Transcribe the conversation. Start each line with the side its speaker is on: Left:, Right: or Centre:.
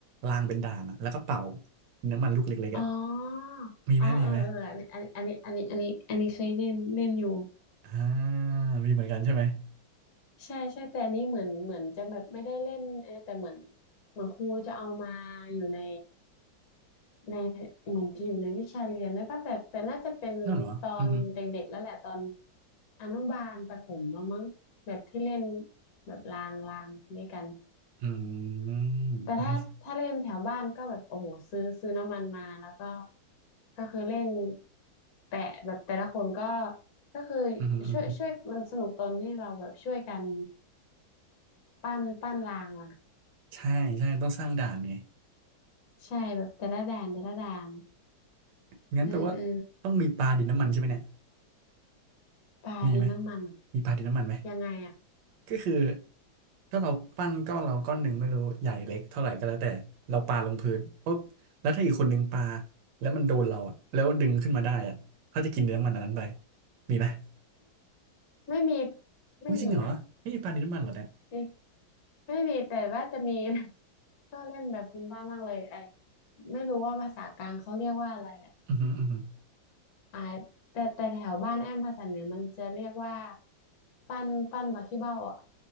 Right: รางเป็นด่านอะแล้วก็เป่าดินน้ำมันลูกเล็กๆอะ
Left: อ๋อ
Right: มีไหมมีไหม
Left: อ๋อเออเอออันนี้อันนี้อันนี้อันนี้อันนี้อันนี้เคยเล่นเล่นอยู่
Right: อ่ามีเหมือนกันใช่ไหม
Left: ใช่ใช่แต่อันนี้เหมือนเหมือนจะแบบไม่ได้เล่นเออแต่เหมือนเหมือนครูจะเอามาอยู่ใน ในเหมือนจะอยู่ในวิชาเรียนด้วยป่ะก็แต่แต่น่าจะเป็นตอนเด็กๆแล้วแหละตอน
Right: นั่นเหรออือหือ
Left: อนุบาลประถมแล้วมั้งแบบที่เล่นแบบรางรางด้วยกัน
Right: อืม
Left: แต่ถ้าถ้าเล่นแถวบ้านก็แบบโอ้โหซื้อซื้อน้ำมันมาแล้วก็
Right: ไอ้
Left: ก็คือเล่นแปะแบบแต่ละคนก็ก็คือ
Right: อือหืออือหือ
Left: ช่วยช่วยมันสนุกตอนที่เราแบบช่วยกันปั้นปั้นรางอ่ะ
Right: ใช่ใช่ต้องสร้างด่านไง
Left: ใช่แบบแต่ละด่านแต่ละด่าน
Right: <laughs> งั้นแปลว่า
Left: เออเออ
Right: ต้องมีปลาดินน้ำมันใช่ไหมเนี่ย
Left: ปลาดินน้ำมันเหรอ
Right: มีไหมมีปลาดินน้ำมันไหม
Left: ยังไงอ่ะ
Right: ก็คือถ้าเราปั้นก้อนเราก้อนหนึ่งไม่รู้ใหญ่เล็กเท่าไหร่ก็แล้วแต่เราปาลงพื้นปุ๊บแล้วถ้าอีกคนหนึ่งปาแล้วมันโดนเราอ่ะแล้วดึงขึ้นมาได้อ่ะเขาจะกินเนื้อมันอันนั้นไปมีไหม
Left: ไม่มีไม่มีนะ
Right: อุ้ยจริงเหรอไม่มีปลาดินน้ำมันเหรอเนี่ย
Left: นี่ไม่มีแต่ว่าจะมี <laughs> ก็เล่นแบบพื้นบ้านบ้างเลยไอไม่รู้ว่าภาษากลางเขาเรียกว่าอะไรอ่ะ
Right: อือหืออือหือ
Left: อ่าแต่แต่แถวบ้านแอมภาษาเหนือมันจะเรียกว่าปั้นปั้นบักขี้เบ้าอ่ะ